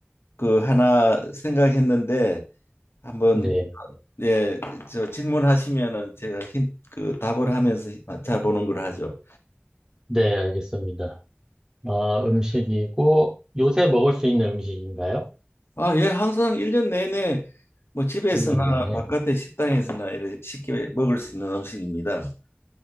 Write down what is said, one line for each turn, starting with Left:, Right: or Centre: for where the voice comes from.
Left: 그 하나 생각했는데 한번
Right: 네,
Left: 예, 저 질문하시면은 제가 힌, 그 답을 하면서 맞춰보는 걸 하죠.
Right: 네, 알겠습니다. 아, 음식이고, 요새 먹을 수 있는 음식인가요?
Left: 아, 예, 항상 일 년 내내 뭐 집에서나
Right: 일년 내내.
Left: 바깥에 식당에서나 이렇게 쉽게 먹을 수 있는 음식입니다.